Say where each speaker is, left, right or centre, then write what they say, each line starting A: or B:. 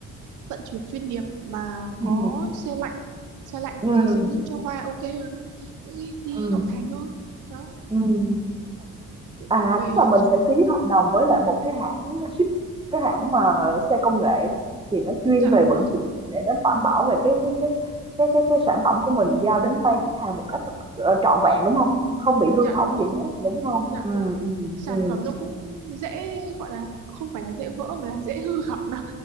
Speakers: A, on the right; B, on the right.
A: vận chuyển chuyên nghiệp mà có
B: ừ
A: xe lạnh xe lạnh
B: ừ
A: thì nó sẽ giữ cho hoa ok hơn á. những cái đi
B: ừ
A: nội thành thôi đó
B: ừ
A: Thế
B: À,
A: về
B: tức là mình
A: dạ,
B: sẽ ký hợp đồng với lại một cái hãng ship cái hãng mà xe công nghệ á, thì nó chuyên
A: dạ
B: về
A: đúng
B: vận
A: rồi
B: chuyển để đến đảm bảo về cái cái cái cái cái cái sản phẩm của mình giao đến tay khách hàng một cách ờ, trọn vẹn đúng không? Không bị hư
A: dạ
B: hỏng
A: đúng rồi
B: gì hết đúng không?
A: dạ
B: Ừ
A: đúng
B: ừ
A: sản
B: ừ.
A: phẩm nó cũng dễ gọi là không phải là dễ vỡ mà là dễ hư hỏng đó